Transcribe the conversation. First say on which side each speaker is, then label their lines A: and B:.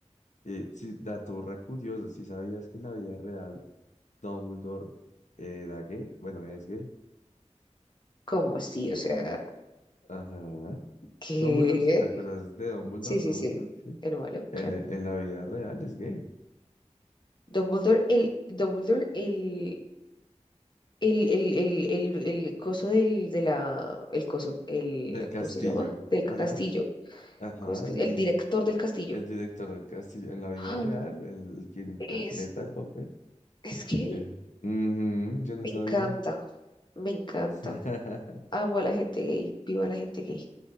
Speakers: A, on the left; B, on the left.
A: Eh, sí, dato re curioso, si sabías que en la vida real Dumbledore eh, era gay, bueno, es gay.
B: ¿Cómo sí? O sea,
A: Ajá.
B: ¿qué?
A: Dumbledore, si te acuerdas de Dumbledore,
B: Sí, sí,
A: Dumbledore,
B: sí.
A: sí.
B: El malo,
A: En
B: claro.
A: en la vida real es gay.
B: Dumbledore, el, Dumbledore, el, el, el, el, el, el coso del, de la, el coso, el,
A: Del castillo.
B: ¿cómo se llama? Del castillo.
A: Ajá, ajá,
B: ¿cómo es que?
A: el,
B: El director del castillo.
A: el director del castillo. En la vida
B: Ah,
A: real, el, el que interpreta
B: Es,
A: el papel.
B: es que
A: eh, ujú, yo no
B: me
A: sabía.
B: encanta, me encanta.
A: <laughs>
B: Amo a la gente gay, viva la gente gay.